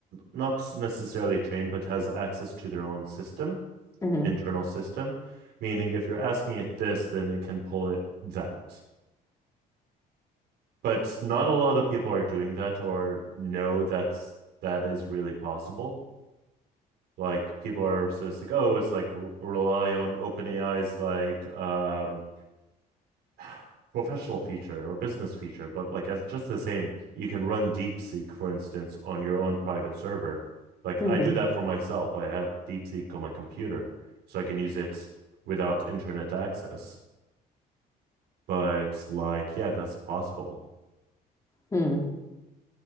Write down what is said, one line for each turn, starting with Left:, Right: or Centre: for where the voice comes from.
Right: not necessarily trained, but has access to their own system.
Left: hmm
Right: internal system, meaning if you're asking it this, then it can pull it that. But not a lot of people are doing that or know that's that is really possible. Like people are so it's like, oh, it's like rely on OpenAI's like um <sighs> professional feature or business feature, but like as just the same, you can run DeepSeek, for instance, on your own private server. Like
Left: hmm
Right: I do that for myself. I have DeepSeek on my computer, so I can use it without internet access. But like, yeah, that's possible.
Left: hmm